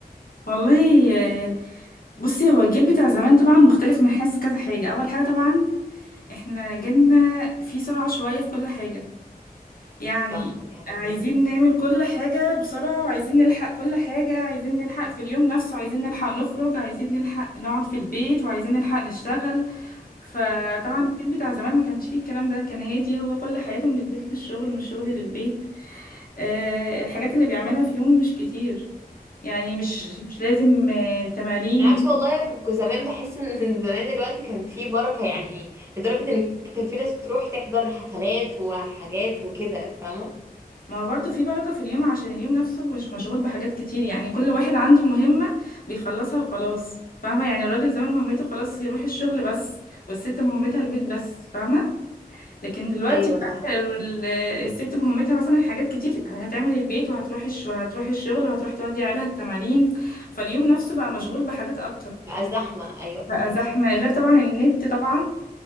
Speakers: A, on the left (about 65°); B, on the right (about 15°).
A: والله آه، بصي هو الجيل بتاع زمان طبعا مختلف من حيث كذا حاجة أول حاجة طبعا احنا جيلنا في سرعة شوية في كل حاجة يعني
B: صح دي حاجه
A: عايزين نعمل كل حاجة بسرعة وعايزين نلحق كل حاجة عايزين نلحق في اليوم نفسه عايزين نلحق نخرج عايزين نلحق نقعد في البيت وعايزين نلحق نشتغل فطبعا الجيل بتاع زمان ما كانش فيه الكلام ده كان هادي هو كل حياته من البيت للشغل من الشغل للبيت آه، الحاجات اللي بيعملها في يوم مش كتير يعني مش
B: هي
A: مش لازم آه، تمارين
B: بالعكس والله كنت زمان بحس ان <laughs> زمان الوقت كان فيه بركة يعني لدرجة ان كان في ناس بتروح تحضر حفلات وحاجات وكده فاهمة
A: ما هو برضه في بركة في اليوم عشان اليوم نفسه مش مشغول بحاجات كتير يعني كل واحد عنده مهمة بيخلصها وخلاص فاهمة يعني الراجل زمان مهمته خلاص يروح الشغل بس والست مهمتها البيت بس فاهمة لكن دلوقتي
B: ايوه
A: بقى
B: صح فهميكي
A: ال- الست مهمتها مثلا حاجات كتير هتعمل البيت وهتروح الش... وهتروح الشغل وهتروح تودي عيالها التمارين فاليوم نفسه بقى مشغول بحاجات أكتر
B: بقى زحمة ايوه
A: بقى
B: فهميكي
A: زحمة غير طبعا النت طبعا